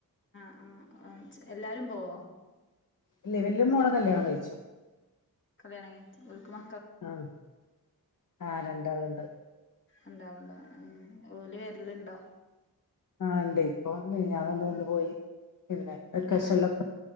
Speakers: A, on the left (about 30°); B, on the left (about 55°).
A: ആ എല്ലാരും പോവോ
B: ഇല്ലേ വല്യമോള കല്യാണം കയിച്ചു
A: കല്യാണം കഴിച്ചു ഓല്ക്ക് മ
B: ആഹ് ആ രണ്ടാള്ണ്ട്
A: ഒണ്ടാവും ണ്ടാവും ഉം ഓല് വരല്ണ്ടോ
B: ആഹ് ഉണ്ട് ഇപ്പൊ മിനിഞ്ഞാന്നൊന്ന് വന്ന്
A: ആ
B: പോയി പിന്നെ വെക്കേഷനിലൊക്കെ
A: ആ